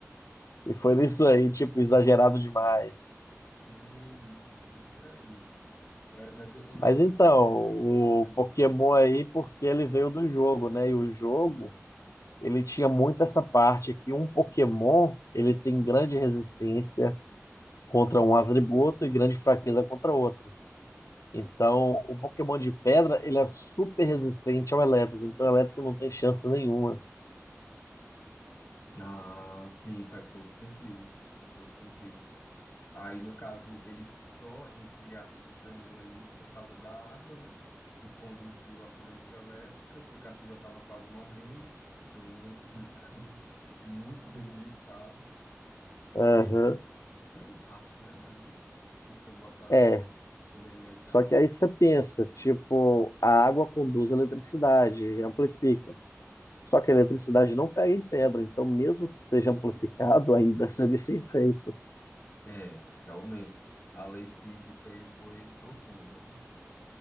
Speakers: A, on the left; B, on the left.
A: E foi nisso aí, tipo, exagerado demais.
B: sim, isso, bem por aí. É, Mas eu, eu lembro
A: Mas
B: desse
A: então,
B: filme também.
A: o
B: Eu gostei desse
A: Pokémon
B: filme.
A: aí, porque ele veio do jogo, né? E o jogo, ele tinha muito essa parte que um Pokémon, ele tem grande resistência contra um atributo e grande fraqueza contra outro. Então, o Pokémon de pedra, ele é super resistente ao elétrico, então o elétrico não tem chance nenhuma.
B: Ah, sim, faz todo sentido. Faz todo sentido. Aí, no caso, ele só, entre aspas, ganhou ali por causa da água, né? Que conduziu a corrente elétrica. O Pikachu já estava quase morrendo, que eu lembro que ele estava <laughs> muito debilitado.
A: Aham.
B: E ele é, ele é um rato, né? Ali, se se for botar assim,
A: É,
B: semelhante
A: só
B: a
A: que
B: um.
A: aí você pensa, tipo, a água conduz a eletricidade, amplifica. Só que a eletricidade não pega em pedra, então mesmo que seja amplificado, ainda seria sem efeito.
B: É, realmente. A lei física aí foi profunda, né?